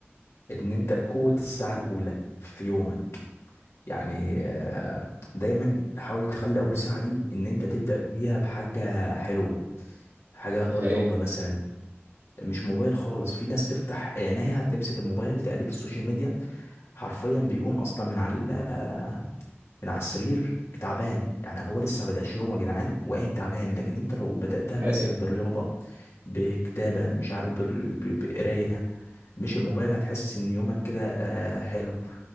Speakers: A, on the left; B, on the right.
A: ان انت قوة الساعة الاولى في يومك يعني آه، دايما حاول تخلي اول ساعة دي ان انت تبدأ بيها بحاجة حلوة حاجة
B: ده
A: رياضة
B: حقيقي
A: مثلا مش موبايل خالص في ناس تفتح عينيها تمسك الموبايل تقلب في السوشيال ميديا حرفيا بيقوم اصلا من على ال- من على السرير تعبان يعني هو لسه ما بدأش يومه يا جدعان وقايم تعبان لكن انت لو بدأتها
B: ده
A: مثلا
B: حقيقي
A: برياضة بكتابة مش عارف بر- ب- بقراية مش الموبايل هتحس ان يومك كده آه، حلو